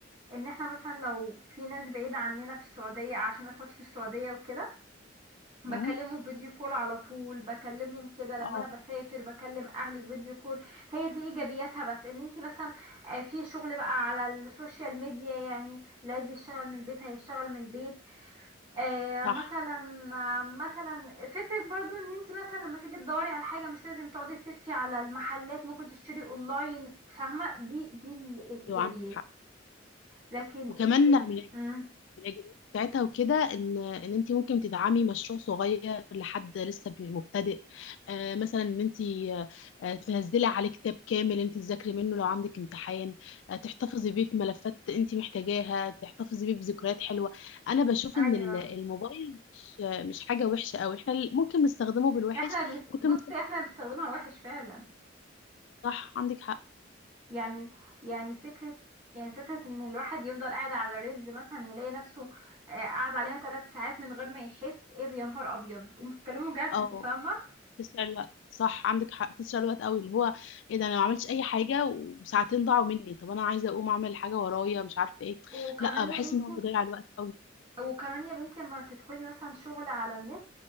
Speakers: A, on the right; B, on the left.
A: ان احنا مثلا لو في ناس بعيده عننا في السعوديه عشان اخواتي في السعوديه وكده بكلمه
B: مم.
A: فيديو كول على طول بكلمهم كده لما
B: اه
A: انا بسافر بكلم اهلي فيديو كول هي دي ايجابياتها بس ان انت مثلا آه، في شغل بقى على السوشيال ميديا يعني لا دي يشتغل من البيت هيشتغل من البيت آه،
B: صح
A: مثلا آه، مثلا فكرة برضو ان انت مثلا لما تيجي تدوري على حاجة مش لازم تقعدي تلفي على المحلات ممكن تشتري اونلاين فاهمة دي دي ال- الايجابيات
B: ايوه عندك حق
A: لكن
B: وكمان
A: الس... مم.
B: الاجابات بتاعتها وكده ان ان انت ممكن تدعمي مشروع صغير لحد لسه بي- مبتدئ آه مثلا ان انت آه آه، تنزلي عليه كتاب كامل انت تذاكري منه لو عندك امتحان آه تحتفظي بيه في ملفات انت محتاجاها تحتفظي بيه بذكريات حلوة انا بشوف
A: ايوه
B: ان ال- الموبايل مش مش حاجة وحشة قوي احنا ال- ممكن نستخدمه بالوحش
A: احنا بنس...
B: ممكن
A: بصي
B: نست-
A: احنا بنستخدمها وحش فعلا
B: صح عندك حق
A: يعني يعني فكرة يعني فكرة ان الواحد يفضل قاعد على رز مثلا يلاقي نفسه آه، قاعد عليها ثلاث ساعات من غير ما يحس ايه ده يا نهار ابيض انتوا بتتكلموا جد
B: اه
A: فاهمة
B: تسرق الوقت صح عندك حق تسرق الوقت قوي اللي هو ايه ده انا ما عملتش اي حاجه وساعتين ضاعوا مني طب انا عايزه اقوم اعمل حاجه ورايا مش عارفه ايه
A: وكمان
B: لا بحس
A: يا بنتي
B: ان هو بيضيع الوقت قوي
A: وكمان يا بنتي لما تدخلي مثلا شغل على النت